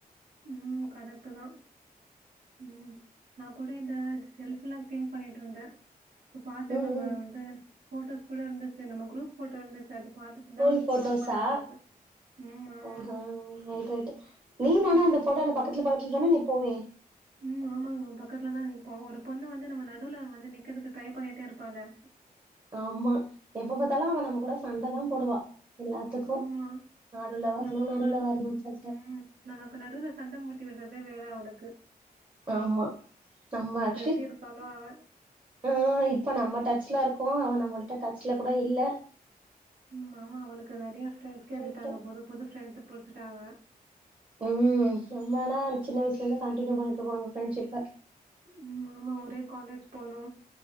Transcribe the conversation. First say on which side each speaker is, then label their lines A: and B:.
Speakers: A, on the right; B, on the right.
A: ம் கரெக்ட்டு தா ம் நா கூட இந்த செஷ்ல்ஃபல்லாம் க்ளீன் பண்ணிட்டு இருந்தே இப்ப பாத்தே
B: ம்
A: நம்ம
B: ம்
A: வந்து போட்டோஸ் கூட இருந்துச்சு நம்ம குரூப் போட்டோ இருந்துச்சு அது பார்த்துட்டு
B: ஃபோன்
A: தான்
B: போட்டோஸா
A: பண்ணேன் உனக்கு. ம். ஆமா.
B: ஹ ஹ ரைட் ரைட் நீ ஆனா
A: ம்.
B: அந்த போட்டோல பக்கத்தில பக்கத் கீதான நிப்போமே
A: ம் ஆமாங்க பக்கத்துலதா நிப்போ ஒரு பொண்ணு வந்து நம்ம நடுல வந்து நிக்கதுக்கு ட்ரை பண்ணிட்டே இருப்பால
B: ஆமா எப்ப பாத்தாலு அவ நம்ம கூட சண்ட தான் போடுவா எல்லாத்துக்கு
A: ஆமா
B: நடுல வரணு
A: நமக்கு
B: நடுல வரணுன்னு சொல்ட்டு
A: உம் நமக்கு நடுவுல சண்ட மூட்டி விடுறது தே வேல அவனுக்கு
B: ஆமா நம்ம ஆக்சுவலி
A: எப்டி இருக்காளோ அவ.
B: ஆஹ் இப்ப நம்ம டச்ல இருக் கோ அவ நம்மள்ட்ட டச்ல கூட இல்ல
A: மாமா அவளுக்கு நெறைய ஃப்ரண்ட்ஸ் கெடச்சிட்டாங்க
B: ரைட்டு
A: புது புது ஃப்ரண்ட் பொறுச்சுட்டாவ
B: உம் நம்மனா சின்ன வயசுல இருந்து கண்டினியூ பண்ணிட்டு இருக்கோ நம்ம ஃப்ரெண்ட்ஷிப்ப
A: ம் ஆமா ஒரே காலேஜ் போனோ